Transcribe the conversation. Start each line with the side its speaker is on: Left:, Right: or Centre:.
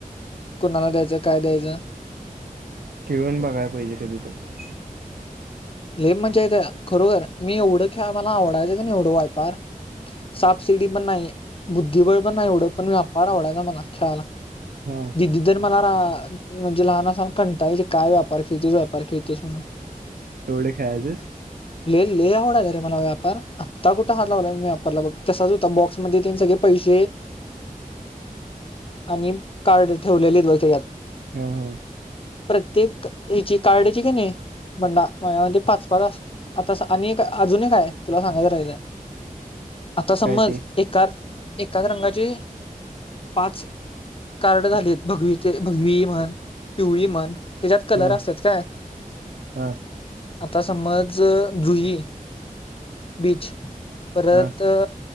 Left: कोणाला द्यायचं काय द्यायचं
Right: खेळून बघायला पाहिजे कधी तर
Left: लेप म्हणजेथ खरोखर मी एवढं ख्या मला आवडायचं क एवढं वायपार साबसिडी पण नाही बुद्धिबळ पण नाही एवढं पण व्यापार आवडाय ना मला खेळायला
Right: हा
Left: दिदी तर मला रा म्हणजे लहान सान कंटाळली काय व्यापार खेळतोस व्यापार खेळतोस म्हणून
Right: तेवढं खेळायचंस
Left: ल आवडाला रे मला व्यापार आत्ता कुठ हातलावला मी व्यापारला बघ तसाच होता बॉक्समध्ये तीन सगळे पैसे आणि कार्ड ठेवलेले त्याच्यात.
Right: हा हा
Left: प्रत्येक हची कार्ड क नाही म्हणणा. माझ्यामते पाच पाच आता आणि अजून एक काय तुला सांगात राहायचं. आता समज
Right: काय ते
Left: एका एकाच रंगाचे पाच कार्ड झालेत भगवी ते भगवी म्हण पिवळी म्हण त्याच्यात कलर
Right: हा
Left: असतात काय
Right: हा
Left: आता समज जुई बीच परत
Right: हा